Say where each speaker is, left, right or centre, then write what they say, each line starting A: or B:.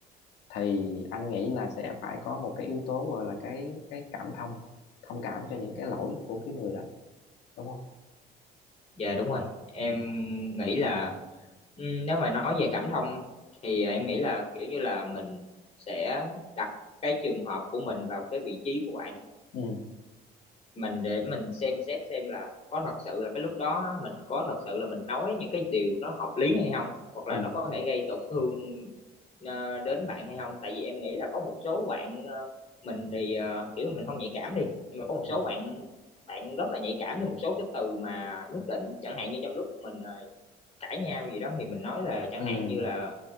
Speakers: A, on the left; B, on the left.
A: thì anh nghĩ là sẽ phải có một cái yếu tố gọi là cái cái cảm thông thông cảm cho những cái lỗi của cái người đó đúng không
B: dạ đúng rồi em
A: ừ
B: nghĩ là ừ, nếu mà nói về cảm thông thì em nghĩ là kiểu như là mình sẽ đặt cái trường hợp của mình vào cái vị trí của bạn
A: ừ
B: mình để mình xem xét xem là có thật sự là cái lúc đó á, mình có thật sự là mình nói những cái điều nó hợp lý hay không hoặc là
A: ừ
B: nó có thể gây tổn thương ờ, đến bạn hay không tại vì em nghĩ là có một số bạn ờ, mình thì ờ, kiểu mình không nhạy cảm đi nhưng mà có một số
A: ừ
B: bạn bạn rất là nhạy cảm với một số cái từ mà nhất định chẳng hạn như trong lúc mình ờ, cãi nhau gì đó thì mình nói là chẳng
A: ừ
B: hạn như là